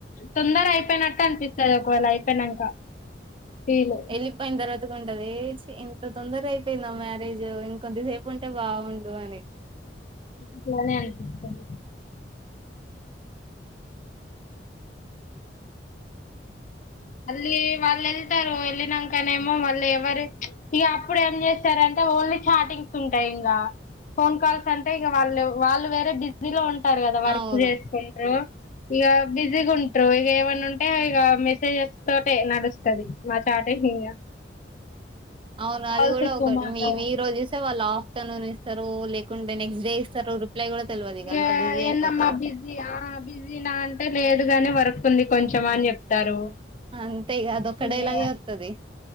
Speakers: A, on the left; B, on the right.
A: తొందర అయిపోయినట్టు అనిపిస్తది ఒకవేళ అయిపోయినంక
B: <inaudible>
A: ఫీల్
B: యెళ్లిపోయిన తర్వాత ఉంటది చి ఇంత తొందరగా అయిపోయిందా మ్యారేజ్ కొద్దిసేపు ఉంటే బాగుండు అని
A: అట్లనే అనిపిస్తది మళ్ళీ వాళ్ళు యెళ్తారు యెళ్ళినాకనేమో వాళ్ళు ఎవరు ఇగ అప్పుడు ఏం జేస్తారంటే ఓన్లీ చాటింగ్స్ ఉంటాయి ఇంగా ఫోన్ కాల్స్ అంటే ఇగ వాళ్ళు వాళ్ళు వేరే బిజీలో ఉం టారు గదా వర్క్
B: అవును
A: జేసుకుంటరు ఇగ బిజీగ ఉంట్రు ఇగా ఏవన్నా ఉంటే ఇగ మెసేజే తోటే నడుస్తది మా చాటింగ్ ఇంగ
B: అవును
A: కాల్స్
B: అది కూడా
A: ఎక్కువ
B: ఒకటి
A: మాట్లాడం
B: మేము ఈ రోజు ఇస్తే వాళ్ళు ఆఫ్టర్నూన్ ఇస్తారు లే లేకుంటే నెక్స్ట్ డే ఇస్తారు రిప్లై కూడా తెల్వదు ఇగ
A: ఇగాఏందమ్మా
B: అంత బిజీ అయిపోతారు
A: బిజీయ బిజీ నా అంటే లేదు గాని వర్క్ కుంది కొంచం అని చెప్తారు
B: అంతే ఇగ అదొక్క
A: చిల్గయ
B: డైలాగే వత్తది